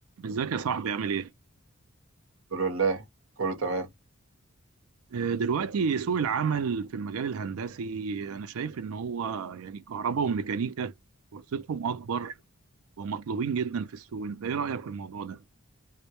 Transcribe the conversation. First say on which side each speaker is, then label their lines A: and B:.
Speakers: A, on the right; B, on the right.
A: ازيك يا صاحبي عامل ايه؟
B: الحمد لله كله تمام
A: آه، دلوقتي سوق العمل في المجال الهندسي انا شايف ان هو يعني كهرباء وميكانيكا فرصتهم اكبر ومطلوبين جدا في السوق انت ايه رأيك في الموضوع ده؟